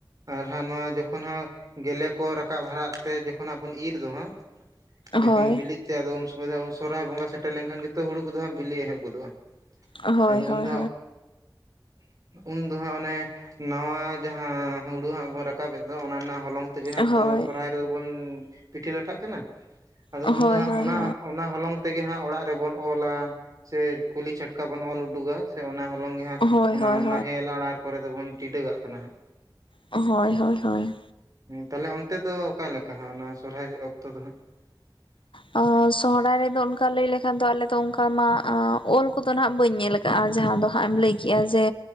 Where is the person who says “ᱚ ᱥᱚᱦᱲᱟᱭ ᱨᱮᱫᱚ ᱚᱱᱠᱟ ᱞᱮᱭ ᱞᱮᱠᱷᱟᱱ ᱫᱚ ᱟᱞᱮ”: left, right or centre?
Left